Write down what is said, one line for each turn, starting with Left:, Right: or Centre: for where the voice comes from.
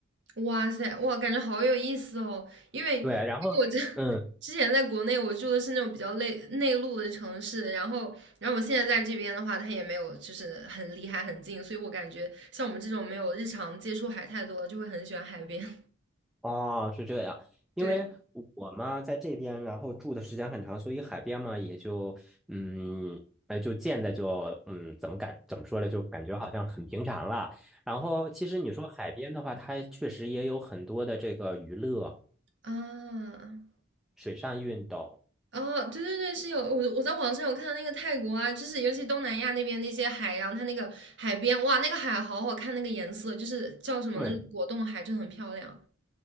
Right: 哇塞，哇，感觉好有意思哦！因为因为我这
Centre: 对，然后。
Right: <laughs>
Centre: 嗯。
Right: 之前在国内我住的是那种比较内内陆的城市，然后然后我现在在这边的话，它也没有就是很离海很近，所以我感觉像我们这种没有日常接触海太多的，就会很喜欢海边。
Centre: 哦，是这样，
Right: <laughs>
Centre: 因为我嘛在这边，
Right: 对
Centre: 然后住的时间很长，所以海边嘛也就嗯，哎就见的就嗯，怎么感怎么说呢，就感觉好像很平常了。然后其实你说海边的话，它确实也有很多的这个娱乐、
Right: 啊，
Centre: 水上运动
Right: 哦，对对对，是有我我在网上有看到那个泰国啊，就是尤其东南亚那边那些海洋，它那个海边哇，那个海好好看，那个颜色就是叫什么那种果冻海，
Centre: 对，
Right: 就很漂亮。